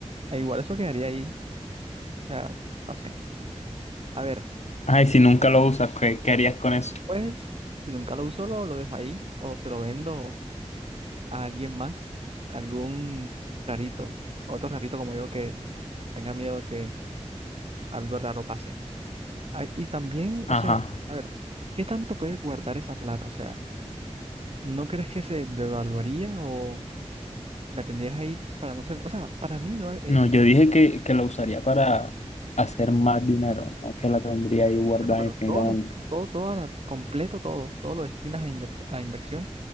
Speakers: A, on the right; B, on the left.
A: E igual eso quedaría ahí, o sea, no sé. A ver,
B: ay si nunca lo usas, ¿qué, qué harías con eso?
A: pues si nunca lo uso, lo, lo dejo ahí o se lo vendo a alguien más, algún rarito, otro rarito como yo que tenga miedo que algo raro pase. Ah, y también,
B: Ajá.
A: o sea, a ver, ¿qué tanto puedes guardar esa plata? O sea, ¿no crees que se devaluaría o la tendrías ahí para no ser? O sea, para mí no es,
B: No, yo dije que, que lo usaría para hacer más dinero, no que la tendría ahí guardada
A: claro, pero
B: infinitamente.
A: todo lo, todo, todo, la- completo todo, todo lo destinas a, inver- a inversión.